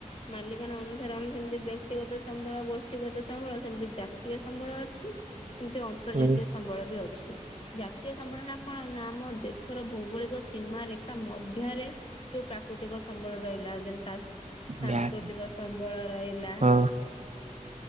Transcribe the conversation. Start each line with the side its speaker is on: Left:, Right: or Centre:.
Left: ମାଲିକାନା ଅନୁ ସାରେ ଆମର ସେମିତି ବ୍ୟକ୍ତିଗତ ସମ୍ବଳ ଗୋଷ୍ଠୀଗତ ସମ୍ବଳ ସେମିତି ଜାତୀୟ ସମ୍ବଳ ଅଛି। ସେମିତି ଅନ୍ତର୍ଜାତୀୟ
Right: ହୁଁ
Left: ସମ୍ବଳ ବି ଅଛି। ଜାତୀୟ ସମ୍ବଳନା କଣ ନା ଆମ ଦେଶର ଭୌଗୋଳିକ ସୀମା ରେଖା ମଧ୍ୟରେ ଯୋଉ ପ୍ରାକୃତିକ ସମ୍ବଳ ରହିଲା ଦେନ୍ ସା ସୁ ସାଂସ୍କୃତିକ
Right: ବ୍ୟାଗ
Left: ସମ୍ବଳ ରହିଲା।
Right: ହଁ